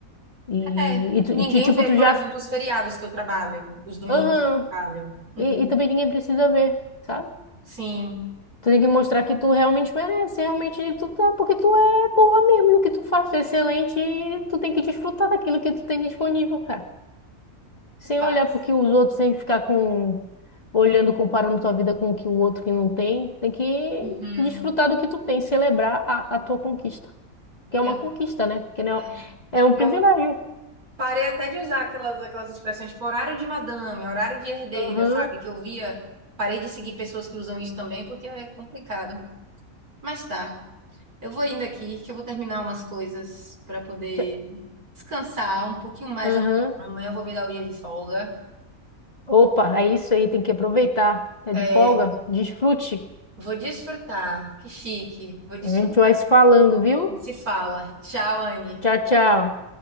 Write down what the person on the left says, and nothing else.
E,
e, tu-
e ti- tipo,
tu
já.
Aham.
E, e também ninguém precisa ver, sabe?
Tu tem que mostrar que tu realmente merece, realmente tu tá, porque tu é boa mesmo no que tu faz, tu é excelente e tu tem que desfrutar daquilo que tu tem disponível, cara. sem
olhar porque os outros, sem ficar com olhando, comparando tua vida com o que o outro que não tem, tem que
desfrutar do que tu tem, celebrar a, a tua conquista, que é
uma conquista, né? Porque não
é é um privilégio.
Aham.
tchê,
Aham.
Opa, é isso aí, tem que aproveitar. É
de folga, desfrute.
A gente vai se falando, viu?
Tchau, tchau.